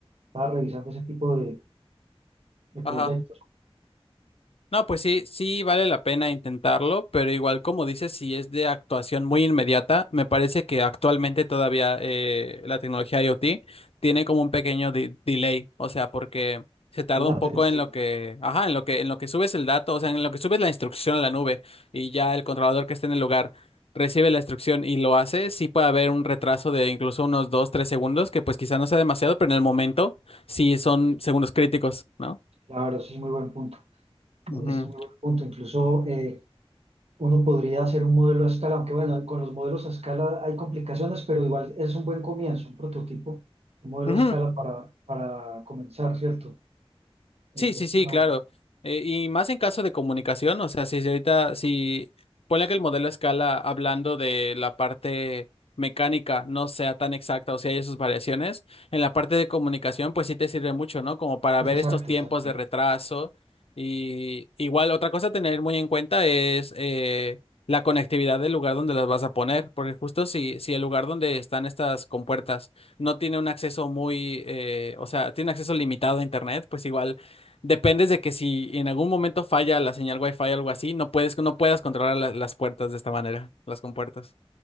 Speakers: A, on the right; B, on the left.
A: estaba revisando ese tipo de, de proyectos.
B: ajá. No, pues sí, sí vale la pena intentarlo, pero igual como dices, si es de actuación muy inmediata, me parece que actualmente todavía eh, la tecnología IoT tiene como un pequeño de- delay, o sea, porque se tarda
A: La
B: un poco
A: sí,
B: en lo que, ajá, en lo que, en lo que subes el dato, o sea, en lo que subes la instrucción a la nube y ya el controlador que esté en el lugar recibe la instrucción y lo hace, sí puede haber un retraso de incluso unos dos, tres segundos, que pues quizá no sea demasiado, pero en el momento sí son segundos críticos, ¿no?
A: claro, eso es muy buen punto. Ese
B: Ujú.
A: es muy buen punto. Incluso eh, uno podría hacer un modelo a escala, aunque bueno, con los modelos a escala hay complicaciones, pero igual es un buen comienzo, un prototipo, un modelo
B: Ujú.
A: a escala para, para comenzar, ¿cierto? Eh,
B: Sí, sí,
A: es
B: sí,
A: una
B: claro.
A: buena,
B: Eh, y más en caso de comunicación, o sea, si si ahorita, si ponle que el modelo a escala, hablando de la parte mecánica, no sea tan exacta, o sea, hay sus variaciones, en la parte de comunicación, pues sí te sirve mucho, ¿no? Como para
A: es
B: ver
A: exacto,
B: estos tiempos
A: exacto.
B: de retraso. Y igual, otra cosa a tener muy en cuenta es eh, la conectividad del lugar donde las vas a poner, porque justo si, si el lugar donde están estas compuertas no tiene un acceso muy, eh, o sea, tiene acceso limitado a Internet, pues igual Dependes de que si en algún momento falla la señal Wi-Fi o algo así, no puedes, no puedas controlar la- las puertas de esta manera, las compuertas.